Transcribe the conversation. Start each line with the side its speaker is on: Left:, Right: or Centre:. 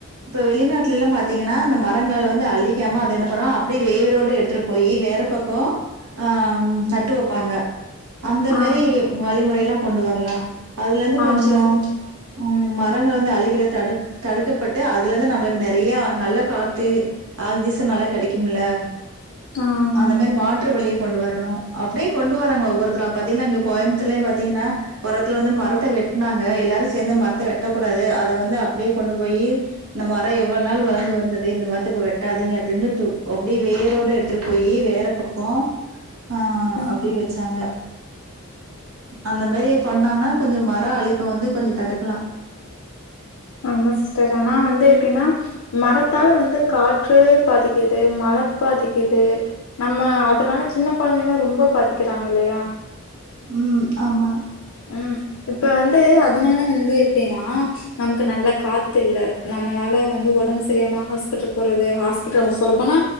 Right: இப்ப வெளிநாட்டுல எல்லா பாத்தீங்னா அந்த மரங்களால வந்து அள்ளிக்காம அத என்ன பன்னா அப்டியே வேரோடு எடுத்து போயி வேற பக்கோ ஆ நட்டு வப்பாங்க அந்த
Left: ஆ
Right: மாரி வழிமுறைலா கொண்டு வர்லா அதுல இருந்து
Left: ஆமா
Right: கொஞ்சோ
Left: சிஸ்டர்
Right: ம் மரங்கள வந்து அழிகிறது தடு தடுக்கப்பட்டு அதுலருந்து நம்மளுக்கு நெறைய நல்ல காத்து ஆக்சிஜனல்லா கெடைக்குமுல்ல
Left: ஆ ம்
Right: அந்த மாரி மா ற்று வழிய கொண்டு வரணு அப்டியு கொண்டு வராங்க ஒவ்வொருத்தரா பாத்தீங்கன்னா இங்க கோயம்மத்தூர்லயே பாத்தீங்கன்னா ஓரத்துல வந்து மரத்த வெட்னாங்க எல்லாரு சேந்து மரத்த வெட்டக்கூடாது அத வந்து அப்டியே கொண்டு போயி இந்த மரோ எவ்ளோ நாள் வளந்து வந்தது இந்த மரத்த இப்ப வெட்டாதீங்க அப்டின்னு து அப்டியே வேரோட எடுத்துட்டு போயி வேற பக்கோ ஆ
Left: ம்
Right: அப்டியே வச் வச்சாங்க அந்த மாரி பண்ணாங்கன்னா கொஞ்சோ மரோ அழிப்ப வந்து கொஞ்சோ தடுக்கலா
Left: ஆமா சிஸ்டர் ஆனா வந்து எப்டின்னா மரத்தால வந்து காற்று பாதிக்கிது மழ பாதிக்கிது நம்ம அதனால சின்ன கொழந்தைங்களு ரொம்ப பாதிக்கிறாங்க இல்லயா
Right: ம் ஆமா
Left: ம் இப்ப வந்து அதுனால வந்து எப்டின்னா நமக்கு நல்ல காத்து இல்ல நம்மனால வந்து ஒடம்பு சரியமா ஹாஸ்பிட்டல் போறது ஹாஸ்பிட்டல் அவுங்க சொல்லப்போனா